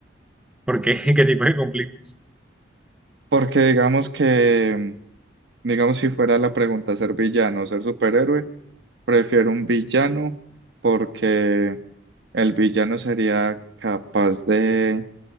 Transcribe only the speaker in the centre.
Porque <laughs> qué tipo de conflictos.